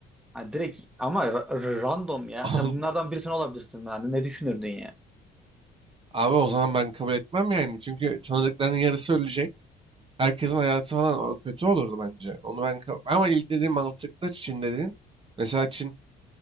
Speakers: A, in the centre; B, on the right.
A: Hani direkt ama ra- random ya.
B: <laughs>
A: Sen bunlardan birisi olabilirsin yani ne düşünürdün ya?
B: Abi o zaman ben kabul etmem yani. Çünkü tanıdıklarının yarısı ölecek. Herkesin hayatı falan o kötü olurdu bence. Onu ben kab- ama ilk dediğim mantıklı Çin dediğin. Mesela Çin